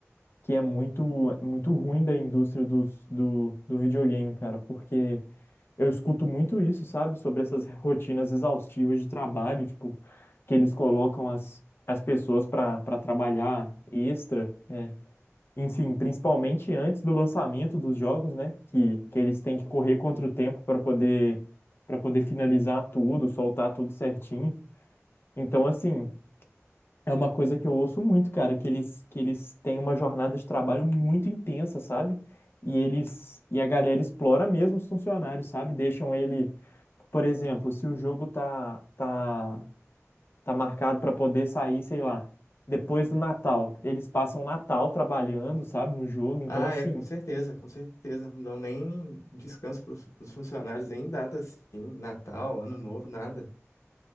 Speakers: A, on the left; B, on the left.
A: que é muito, muito ruim da indústria dos, do, do videogame, cara, porque eu escuto muito isso, sabe, sobre essas rotinas exaustivas de trabalho, tipo, que eles colocam as, as pessoas para para trabalhar extra, é. Enfim, principalmente antes do lançamento dos jogos, né, que, que eles têm que correr contra o tempo para poder para poder finalizar tudo, soltar tudo certinho. Então, assim, é uma coisa que eu ouço muito, cara, que eles, que eles têm uma jornada de trabalho muito intensa, sabe? E eles e a galera explora mesmo os funcionários, sabe? Deixam ele, por exemplo, se o jogo tá tá tá marcado para poder sair, sei lá, depois do Natal, eles passam o Natal trabalhando, sabe, no jogo. Então
B: Ah,
A: assim,
B: é, com certeza, com certeza. Não dão nem descanso para os funcionários, nem data assim, Natal, Ano Novo, nada.